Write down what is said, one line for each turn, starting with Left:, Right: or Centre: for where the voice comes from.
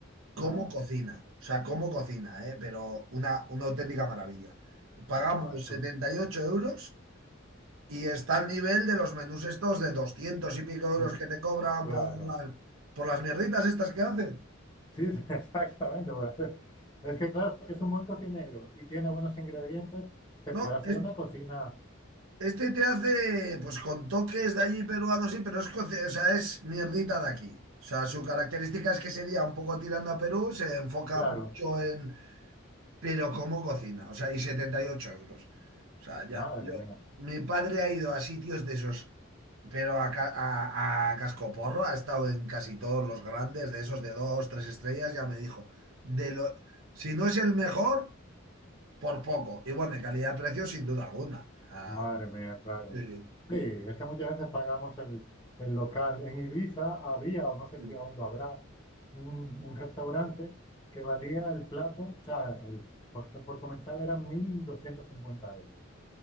Right: ¿Cómo
Left: ah,
Right: cocina? O sea, cómo cocina, eh? Pero una, una auténtica maravilla. Pagamos
Left: buah, eso,
Right: 78 euros y está al nivel de los menús estos de doscientos y pico euros
Left: eh,
Right: que te cobran
Left: claro.
Right: por las, por las mierditas estas que hacen.
Left: Sí, sí, <laughs> exactamente. bueno, Es que claro, si es un buen cocinero y tiene buenos ingredientes, se
Right: No,
Left: puede hacer
Right: es
Left: una cocina,
Right: Este te hace, pues con toques de allí peruanos, sí, pero es, coce- o sea, es mierdita de aquí. O sea, su característica es que sería un poco tirando a Perú, se enfoca
Left: claro,
Right: mucho en, pero cómo cocina, o sea, y 78 euros. O sea, ya,
Left: madre
Right: yo,
Left: mía.
Right: mi padre ha ido a sitios de esos, pero a, ca- a, a cascoporro, ha estado en casi todos los grandes, de esos de dos, tres estrellas, ya me dijo, de lo, si no es el mejor, por poco. Y bueno, de calidad de precio, sin duda alguna. O sea,
Left: Madre mía, claro.
Right: sí,
Left: Sí, es que muchas veces pagamos el, el local. En Ibiza había, o no sé
Right: sí.
Left: si aún lo habrá, un, un restaurante que valía el plato, o sea, el, por, por comensal eran 1.250 euros.